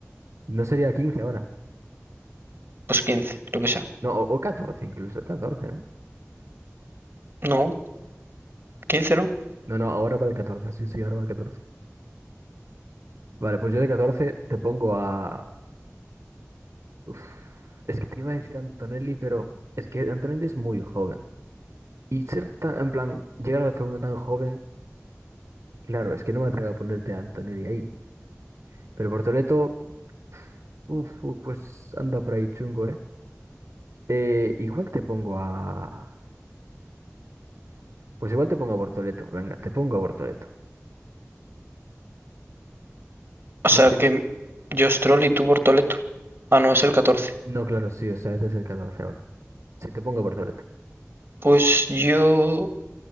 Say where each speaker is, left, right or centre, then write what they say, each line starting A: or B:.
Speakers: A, on the right (about 65°); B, on the right (about 45°).
A: no sería 15 ahora,
B: Pues 15, lo que sea.
A: no, o, o 14 incluso, 14, ¿no?
B: No, quince no.
A: No, no, ahora para el catorce sí, sí, ahora para el catorce Vale, pues yo de 14 te pongo a... Uf, es que te iba a decir Antonelli, pero es que Antonelli es muy joven. Y ser tan, en plan, llegar a la F1 tan joven, claro, es que no me atrevo a ponerte a Antonelli ahí. Pero Portoleto uf, uf, pues anda por ahí chungo, ¿eh? Eh, igual te pongo a... Pues igual te pongo a Bortoleto, venga, te pongo a Bortoleto.
B: O sea
A: Más que...
B: que yo Stroll y tú Bortoleto. Ah, no, es el 14.
A: No, claro, sí, o sea, este es el 14 ahora. Sí, te pongo a Bortoleto.
B: Pues yo